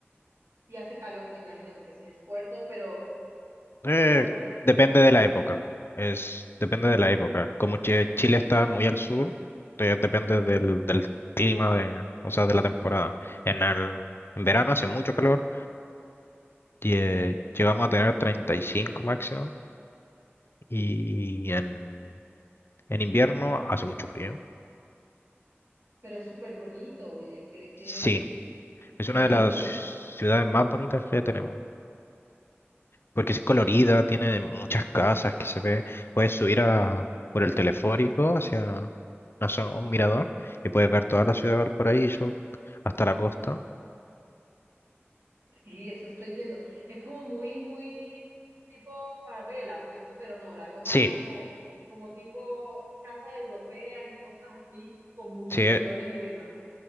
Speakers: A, on the right (about 80°); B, on the left (about 60°).
A: y hace calor, me imagino, porque sí es puerto, pero,
B: Eh,
A: o, o no,
B: depende de la época. Es, depende de la época. Como Chi- Chile está muy al sur, te- depende del, del clima de, o sea, de la temporada. En el, en verano hace mucho calor y eh, llegamos a tener 35 máximo y en, en invierno hace mucho frío.
A: pero es súper bonito, oye, qué, qué,
B: Sí, es
A: qué
B: una
A: lindo.
B: de las ciudades más bonitas que tenemos. porque sí es colorida, tiene muchas casas que se ve. Puedes subir a, por el teleférico hacia una zona- un mirador y puedes ver toda la ciudad de Valparaíso hasta la costa.
A: Sí, eso estoy viendo. Es como muy, muy tipo favela, ¿cierto? Pero no, la veo más
B: Sí,
A: como, como tipo casas europeas y cosas así, con muchos
B: sí,
A: colores
B: eh,
A: y demás.